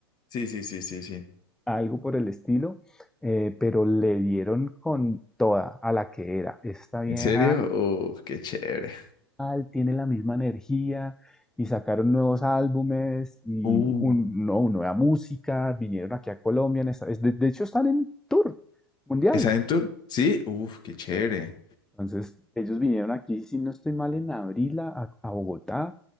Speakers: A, on the left; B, in the centre.
A: sí, sí, sí, sí, sí.
B: algo por el estilo, eh, pero le dieron con toda a la que era. Esta vieja
A: ¿En serio? Uff, qué chévere.
B: tal, tiene la misma energía y sacaron nuevos álbumes y
A: Uh.
B: un- no, nueva música, vinieron aquí a Colombia, en esta- es- de, de hecho están en tour mundial.
A: ¿Es Adventure? Sí, uff, qué chévere.
B: Entonces, ellos vinieron aquí, si no estoy mal, en abril a, a- a Bogotá.